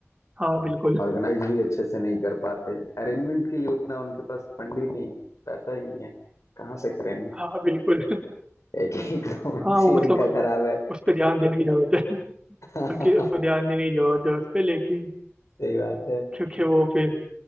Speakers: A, on the right; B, on the left.
A: हाँ बिल्कुल
B: ऑर्गेनाइज भी अच्छे से नहीं कर पाते अरेंजमेंट के लिए उतना उनके पास फंड ही नहीं पैसा ही नहीं है कहाँ से करेंगे
A: हाँ बिल्कुल
B: एक ही इकोनॉमिक्स
A: हाँ वो
B: <laughs> ही
A: मतलब
B: उनका
A: उनको
B: खराब है
A: उस पर ध्यान देने की जरूरत है
B: <laughs>
A: उनकी उनको ध्यान देने की जरूरत है उस पर लेकिन
B: सही बात है
A: क्योंकि वो फिर